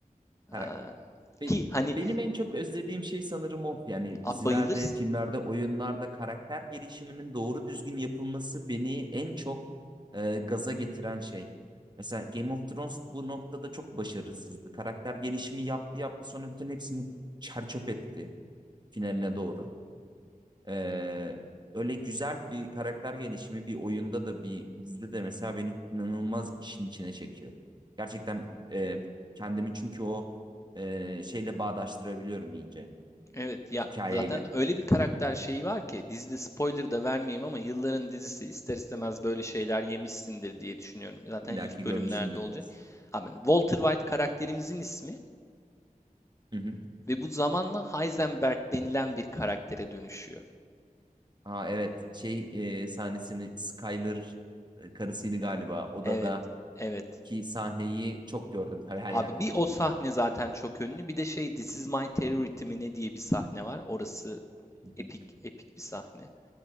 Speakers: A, on the right; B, on the left.
A: Her-
B: Aa,
A: Be-
B: ki hani
A: Benim en çok özlediğim şey sanırım o. Yani
B: abi
A: dizilerde,
B: bayılırsın.
A: filmlerde, oyunlarda karakter gelişiminin doğru düzgün yapılması beni en çok e, gaza getiren şey. Mesela Game of Thrones bu noktada çok başarısızdı. Karakter gelişimi yaptı yaptı sonra bütün hepsini çer çöp etti finaline doğru. Ee, öyle güzel bir karakter gelişimi bir oyunda da bir dizide de mesela beni inanılmaz işin içine çekiyor. Gerçekten e, kendimi çünkü o e, şeyle bağdaştırabiliyorum iyice
B: Evet ya
A: hikayeyle.
B: zaten öyle bir karakter şeyi var ki dizide spoiler da vermeyeyim ama yılların dizisi ister istemez böyle şeyler yemişsindir diye düşünüyorum. Zaten
A: İlla
B: ilk
A: ki
B: bölümlerde
A: görmüşümdür
B: olacak.
A: biraz.
B: Abi hani Walter White karakterimizin ismi
A: Hı hı.
B: ve bu zamanla Heisenberg denilen bir karaktere dönüşüyor.
A: Aa, evet şey e, sahnesini Skyler e, karısıydı galiba odadaki
B: Evet, evet.
A: sahneyi çok gördüm. Tabii her
B: Abi
A: yerde
B: bir
A: gördüm.
B: o sahne zaten çok ünlü. Bir de şey This Is My Terrority mi ne diye bir sahne var. Orası
A: Hı hı.
B: epik, epik bir sahne.